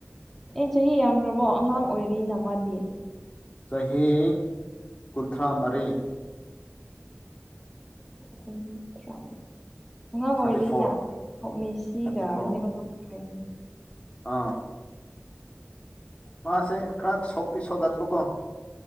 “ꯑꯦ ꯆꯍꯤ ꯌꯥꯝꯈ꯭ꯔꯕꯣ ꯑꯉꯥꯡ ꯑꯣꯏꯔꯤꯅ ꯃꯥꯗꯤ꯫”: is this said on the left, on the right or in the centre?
Centre